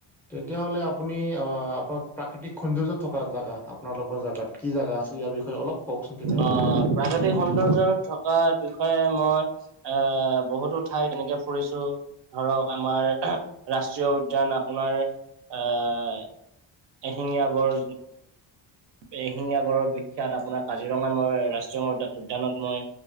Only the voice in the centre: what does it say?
তেতিয়াহলে আপুনি অ আপোনাক প্ৰাকৃতিক সৌন্দৰ্য থকা জেগা আপোনালোকৰ জেগাত কি জাগা আছে ইয়াৰ বিষয়ে অলপ কওকচোন তেতিয়াহ'লে